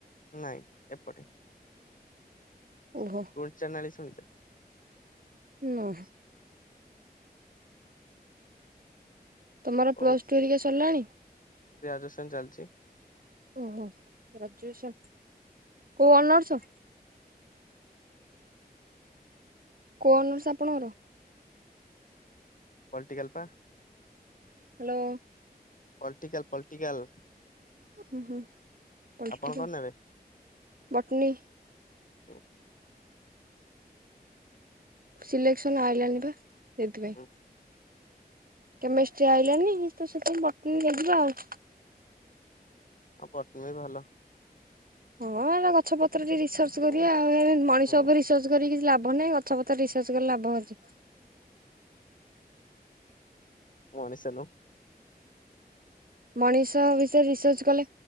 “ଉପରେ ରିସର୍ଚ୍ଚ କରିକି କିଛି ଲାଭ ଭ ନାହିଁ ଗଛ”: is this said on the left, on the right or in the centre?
Right